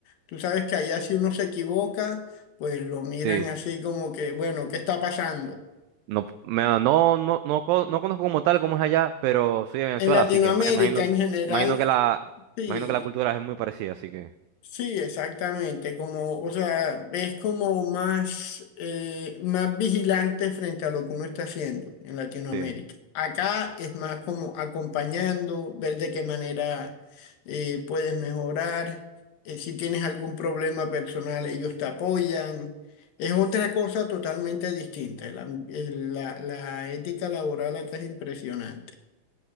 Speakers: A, on the left; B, on the right.
A: Tú sabes que allá si uno se equivoca, pues lo miran
B: Sí.
A: así como que, bueno, ¿qué está pasando?
B: No, me, no, no, no, co- no conozco como tal cómo es allá, pero soy de Venezuela,
A: En Latinoamérica
B: así que ima- imagino,
A: en general,
B: imagino que la,
A: sí.
B: imagino que la cultura es muy parecida, así que
A: Sí, exactamente, como, o sea, es como más, eh, más vigilante frente a lo que uno está haciendo en Latinoamérica.
B: sí,
A: Acá es más como acompañando, ver de qué manera eh, puedes mejorar, eh, si tienes algún problema personal, ellos te apoyan. Es otra cosa totalmente distinta. La, el- la, la ética laboral acá es impresionante.